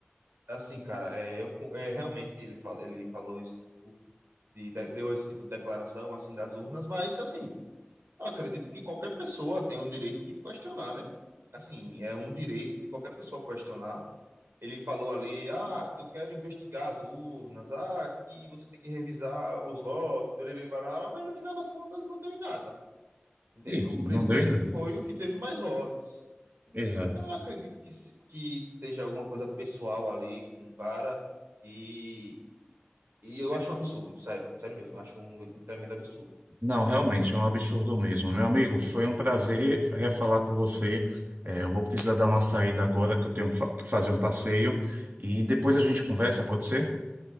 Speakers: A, on the right; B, on the right.
A: Assim, cara, é, eu co- é, realmente ele falou, ele falou esse tipo de, de- deu esse tipo de declaração assim das urnas, mas assim. Eu acredito que qualquer pessoa tem o direito de questionar, né? Assim, é um direito de qualquer pessoa questionar. Ele falou ali, ah, que eu quero investigar as urnas, ah, que você tem que revisar os votos, perere, barará, mas no final das contas não deu em nada, entendeu?
B: Isso,
A: O presidente
B: não deu em nada.
A: foi o que teve mais votos, entendeu?
B: Exato.
A: Então eu acredito que, se- que esteja alguma coisa pessoal ali com o cara e, e eu acho um absurdo, sério, sério mesmo, eu acho um, um tremendo absurdo.
B: Não, realmente, é um absurdo mesmo. Meu amigo, foi um prazer refalar com você. É, eu vou precisar dar uma saída agora, que eu tenho fa- que fazer um passeio. E depois a gente conversa, pode ser?